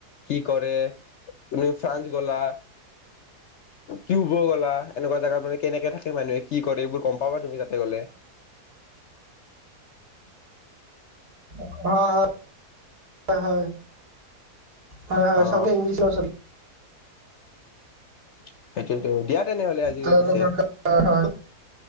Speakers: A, on the left; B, on the right.
A: কি কৰে ফ্ৰান্স গলা কিউব গ'লা এনেকুৱা জেগাত মানে কেনেকে থাকে মানুহে কি কৰে এইবোৰ গম পাবা তুমি তাতে গলে
B: অহ হয় হয় হয় হয়
A: অ
B: সবেই ইংলিছ নচলে
A: <inaudible> সেইটোতো দিয়া তেনেহলে আজিলৈ
B: তেওঁলোকৰ
A: পিছে
B: হয়